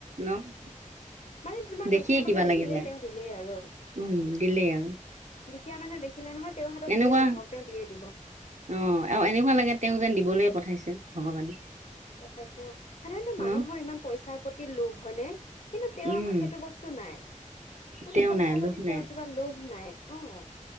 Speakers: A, on the right; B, on the left.
A: ন'?
B: মানে তোমাৰ
A: দেখিয়ে
B: দুখীয়া মানুহ
A: কিবা লাগি
B: দেখিলেই
A: যায়
B: তেওঁ দিলেই আৰু
A: উম, দিলেই আৰু।
B: দুখীয়া মানুহ দেখিলে নহয় তেওঁৰ হাতত
A: এনেকুৱা
B: যিয়ে নাথাকক তেওঁ দিয়ে দিব।
A: অ', আৰু এনেকুৱা লাগে তেওঁক যেন দিবলৈ পঠাইছে ভগৱানে।
B: পঠাইছে অ', সাধাৰণতে মানুহৰ
A: ন
B: ইমান পইচাৰ প্ৰতি লোভ হয়নে? কিন্তু তেওঁ
A: উম
B: আকৌ সেইটো বস্তু নাই কোনো
A: তেওঁ
B: পইচা
A: নাই লোভ
B: প্ৰতিা
A: নাই
B: তেওঁ কিবা লোভ নাই। অ',